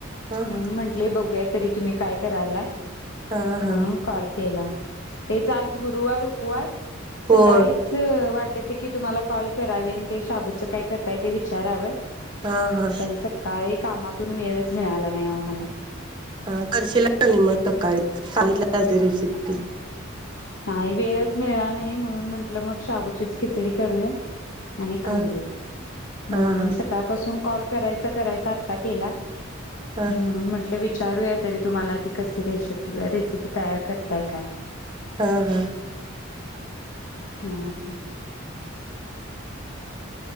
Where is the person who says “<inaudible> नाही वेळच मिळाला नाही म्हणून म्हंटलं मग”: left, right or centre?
Left